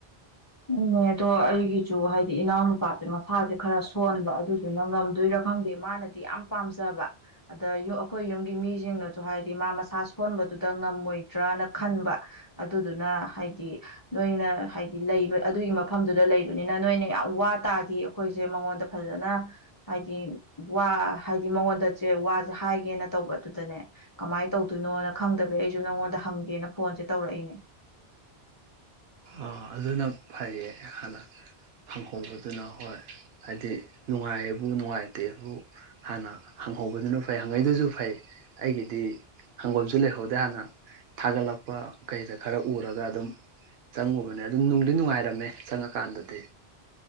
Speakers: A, on the left; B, on the right.
A: ꯎꯅꯦ ꯑꯗꯣ ꯑꯩꯒꯤꯖꯨ ꯍꯥꯏꯗꯤ ꯏꯅꯥꯎ ꯅꯨꯨꯄꯥꯁꯦ ꯃꯁꯥꯖꯦ ꯈꯔ ꯁꯣꯟꯕ ꯑꯗꯨꯗꯨꯅ ꯉꯝꯗꯣꯏꯔꯥ ꯈꯪꯗꯦ ꯃꯥꯅꯗꯤ ꯌꯥꯝ ꯄꯥꯝꯖꯕ ꯑꯗ ꯑꯩꯈꯣꯏ ꯌꯨꯝꯒꯤ ꯃꯤꯖꯤꯡꯅꯖꯨ ꯍꯥꯏꯗꯤ ꯃꯥ ꯃꯁꯥ ꯁꯣꯟꯕꯗꯨꯗ ꯉꯝꯃꯣꯏꯗ꯭ꯔꯅ ꯈꯟꯕ ꯑꯗꯨꯗꯨꯅ ꯍꯥꯏꯗꯤ ꯅꯣꯏꯅ ꯍꯥꯏꯗꯤ ꯂꯩꯕ ꯑꯗꯨꯒꯤ ꯃꯐꯝꯗꯨꯗ ꯂꯩꯕꯅꯤꯅ ꯅꯣꯏꯅ ꯌꯥꯝ ꯋꯥ ꯇꯥꯗꯤ ꯑꯩꯈꯣꯏꯖꯦ ꯃꯉꯣꯟꯗ ꯐꯖꯅ ꯍꯥꯏꯗꯤ ꯋꯥ ꯍꯥꯏꯗꯤ ꯃꯉꯣꯟꯗꯖꯦ ꯋꯥꯖꯦ ꯍꯥꯏꯒꯦꯅ ꯇꯧꯕ ꯑꯗꯨꯗꯅꯦ ꯀꯃꯥꯏ ꯇꯧꯗꯣꯏꯅꯣꯅ ꯈꯪꯗꯕꯩ ꯑꯩꯖꯨ ꯅꯉꯣꯟꯗ ꯍꯪꯒꯦꯅ ꯐꯣꯟꯖꯦ ꯇꯧꯔꯛꯏꯅꯦ
B: ꯑ ꯑꯗꯨꯅ ꯐꯩꯌꯦ ꯍꯥꯟꯅ ꯍꯪꯍꯧꯕꯗꯨꯅ ꯍꯣꯏ ꯍꯥꯏꯗꯤ ꯅꯨꯡꯉꯥꯏꯕꯨ ꯅꯨꯡꯉꯥꯏꯇꯦꯕꯨ ꯍꯥꯟꯅ ꯍꯪꯍꯧꯕꯗꯨꯅ ꯐꯩ ꯍꯪꯉꯩꯗꯨꯁꯨ ꯐꯩ ꯑꯩꯒꯤꯗꯤ ꯍꯪꯕꯝꯁꯨ ꯂꯩꯍꯧꯗꯦ ꯍꯥꯟꯅ ꯊꯥꯒꯠꯂꯛꯄ ꯀꯩꯗ ꯈꯔ ꯎꯔꯒ ꯑꯗꯨꯝ ꯆꯪꯉꯨꯕꯅꯦ ꯑꯗꯨ ꯅꯨꯡꯗꯤ ꯅꯨꯡꯉꯥꯏꯔꯝꯃꯦ ꯆꯪꯡꯉꯀꯥꯟꯗꯗꯤ